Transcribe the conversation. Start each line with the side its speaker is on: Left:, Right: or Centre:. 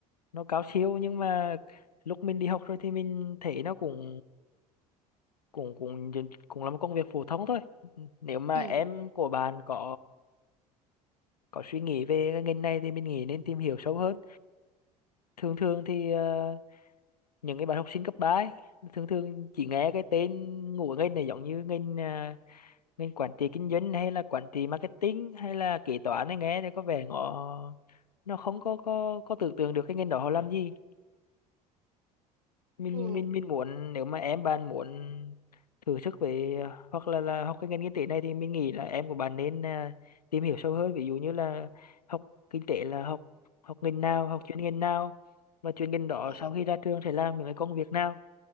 Left: nó cao siêu nhưng mà lúc mình đi học rồi thì mình thấy nó cũng cũng cũng cũng là một công việc phổ thông thôi nếu mà
Right: ừ.
Left: em của bạn có có suy nghĩ về cái ngành này thì mình nghĩ nên tìm hiểu sâu hơn thường thường thì ờ, những cái bạn học sinh cấp ba ấy, thường thường chỉ nghe cái tên ngủ ngành này giống như ngành ờ, mình quản trị kinh doanh hay là quản trị marketing hay là kế toán ấy nghe thì có vẻ nó nó không có có có tưởng tượng được cái ngành đó họ làm gì mình
Right: Ừ.
Left: mình mình muốn nếu mà em bạn muốn thử sức về hoặc là là học cái ngành kinh tế này thì mình nghĩ là em của bạn nên à, tìm hiểu sâu hơn ví dụ như là học kinh tế là học học ngành nào học chuyên ngành nào và chuyên ngành đó
Right: Ừ.
Left: sau khi ra trường sẽ làm những cái công việc nào